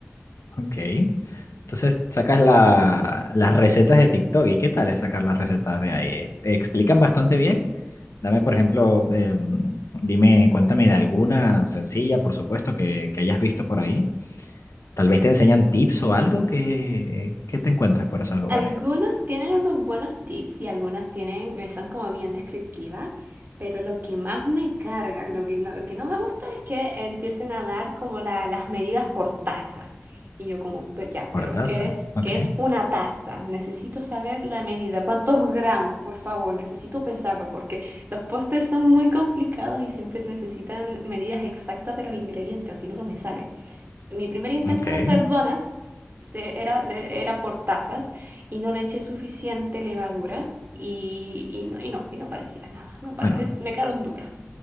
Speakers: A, on the left (about 80°); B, on the right (about 40°).
A: Ok. Entonces sacas la- las recetas de TikTok. ¿Y qué tal es sacar las recetas de ahí? ¿Explican bastante bien? Dame, por ejemplo, eh, dime, cuéntame de alguna sencilla, por supuesto, que, que hayas visto por ahí. Tal vez te enseñan tips o algo que, que te encuentras por esos lugares.
B: Algunos tienen unos buenos tips y algunas tienen, eh, son como bien descriptivas, pero lo que más me carga, lo que no, que no me gusta es que empiecen a dar como la- las medidas por taza. Y yo como, "Pe- ya,
A: Hortaza,
B: pero ¿qué es,
A: ok,
B: qué es una taza? Necesito saber la medida, cuántos gramos, por favor, necesito pesarlo porque los postres son muy complicados y siempre necesitan medidas exactas de los ingredientes, o si no, no me sale. Mi primer intento
A: ok.
B: de hacer donas se- era, de- era por tazas y no le eché suficiente levadura y, y no, y no, y no parecía nada. No pare-
A: Bueno,
B: es- me quedaron duras.